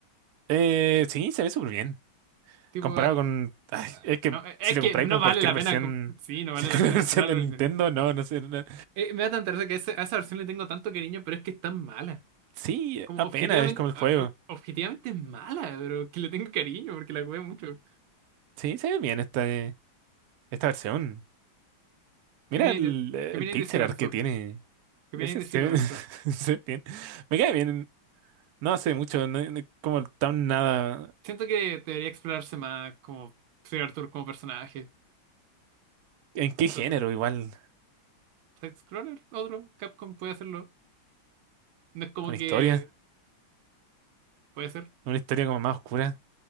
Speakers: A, on the right (about 70°); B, on the right (about 85°).
A: Eh, sí, se ve súper bien.
B: Tipo,
A: Comparado
B: eh,
A: con... ay,
B: ah,
A: es que
B: no, eh, es
A: si lo
B: que
A: comparáis
B: no
A: con
B: vale
A: cualquier
B: la
A: versión,
B: pena, com- sí, no vale
A: <laughs>
B: la
A: con
B: pena
A: la versión
B: compararlo
A: de Nintendo,
B: al DN.
A: no, no sé. no-
B: Eh, me da tanta risa que ese- a esa versión le tengo tanto cariño, pero es que es tan mala.
A: Sí,
B: Como
A: apenas
B: objetivamente,
A: es como el juego.
B: o- o- objetivamente es mala, pero que le tengo cariño porque la jugué mucho.
A: Sí, se ve bien esta, esta versión. Mira
B: ¿Qué viene
A: el,
B: de,
A: el
B: qué viene
A: pixel
B: de decir
A: art
B: Arthur?
A: que tiene.
B: ¿Qué
A: Ese
B: viene a decir
A: se
B: de
A: ve,
B: Sir Arthur?
A: <laughs> se ve bien. Me cae bien. No hace mucho, no, no- como tan nada.
B: Siento que debería explorarse más como Sir Arthur como personaje.
A: ¿En qué
B: Chistoso.
A: género? Igual,
B: Side-scroller, otro. Capcom puede hacerlo. No es como
A: con historia.
B: que puede ser.
A: Una historia como más oscura,